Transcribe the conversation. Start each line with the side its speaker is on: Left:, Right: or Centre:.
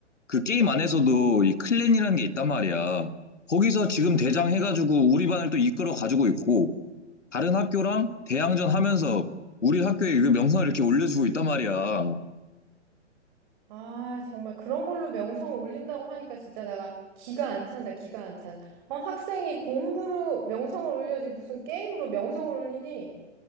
Left: 그 게임 안에서도 이 클랜이라는 게 있단 말이야. 거기서 지금 대장 해가지고 우리 반을 또 이끌어 가지고 있고 다른 학교랑 대항전 하면서 우리 학교의 그 명성을 이렇게 올려주고 있단 말이야.
Right: 아, 정말 그런 걸로 명성 올린다고 하니까 진짜 내가 기가 안 찬다. 기가 안 찬. 어, 학생이 공부로 명성을 올려지 무슨 게임으로 명성을 올리니?